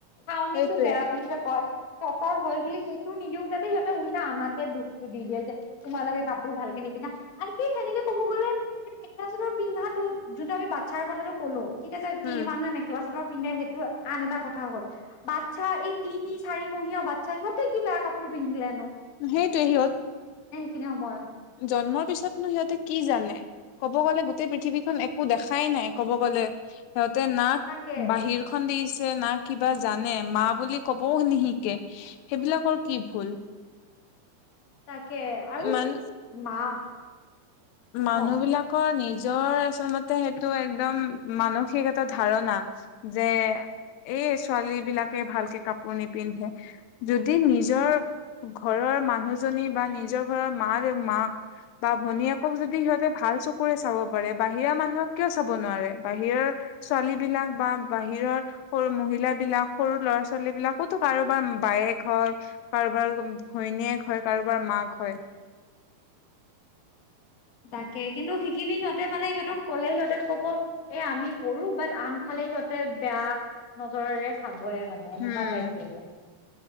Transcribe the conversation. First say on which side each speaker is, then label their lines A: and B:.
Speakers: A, on the left; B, on the left.
A: খাউনি
B: সেইটোৱে
A: একো বেয়া বুলি যে কয় ততৰ হয় বুলি সেইটো নিদিও যাতে সিহঁতে উল্টা আমাকে দুখটো দি দিয়ে যে তোমালোকে কাপোৰ ভাল কেে নিপিধা আনকি তেনেকে কব গলে এই মেখেলা চাদৰ পিন্ধা যোনটো আমি বাচ্ছাৰ কথাটো ক'লো ঠিক আছে এ
B: উম
A: মানুহে মেখেলা চাদৰ পিন্ধে সেইটো আন এটা কথা হ'ল বাট আচ্া এই তিনি চাৰি মহহিয়া বাচ্া সিহঁতে কি বেয়া কাপোৰ পিন্ধিলেো
B: সেইটোোৱি হত
A: সেইনে সময়ত
B: জন্মৰ পিছতনো সিহঁতে কি জানে ক'ব গ'লে গোটেই পৃথিৱীখন একো দেখাই নাই ক'ব গ'লে সিহঁতে নাক
A: তাকে
B: বাহিৰ খ দি না কিবা জানে মা বুলি কবও নিশিকে সেইবিলাকৰ কি ভুল
A: তাকে আৰু
B: মান
A: মা
B: মানুহ
A: ক
B: বিলাকৰ নিজ নিজৰ আচলতে সেইটো একদম মানসিক এটা ধাৰণা যে এই ছোৱালী বিলাকে ভালকে কাপোৰ নিপিন্ধে যদি নিজৰ ঘৰৰ মানুহজনী বা নিজৰ ঘৰৰ মা মাক বা ভনীয়েক যদি সিহঁতে ভাল চকুৰে চাব পাৰে বাহিৰা মানুহক কিয় চাব নোৱাৰে বাহিৰৰ ছোৱালী বিলাক বা বাহিৰৰ সৰু মহিলা বিলাক সৰু ল'ৰা ছোৱালী বিলাকোতো কাৰোবাৰ বায়েক হয়। কাৰোবাৰ ঘৈণীয়েক হয় কাৰোবাৰ মাক হয়।
A: তাকে কিন্তু সেইখিনি সিহঁতে মানে সিহঁতক ক'লে সিহঁতে ক'ব এ আমি কৰো বাট আনফালে সিহতে বেয়া নজৰেৰে চাবয়ে মানে এনেকুৱা
B: উম
A: টাইপ ধৰি লোৱা।